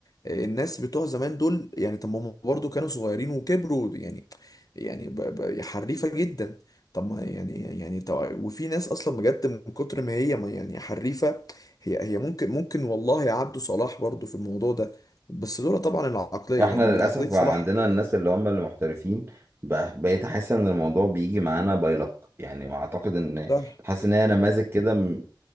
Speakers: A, on the left; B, on the right.
A: آه، الناس بتوع زمان دول يعني طب ما هم برضه كانوا صغيرين وكبروا يعني يعني ب- ب- حريفه جدا طب ما يعني يعني طب وفي ناس اصلا بجد من كتر ما هي ما يعني حريفه هي هي ممكن ممكن والله عبده صلاح برضه في الموضوع ده بس لولا طبعا العقلية
B: احنا
A: يعني
B: للاسف
A: عقلية صلاح
B: بقى عندنا الناس اللي هم اللي محترفين بقى- بقيت احس ان الموضوع بيجي معانا باي لك يعني ما اعتقد ان
A: صح
B: حاسس ان هي نماذج كده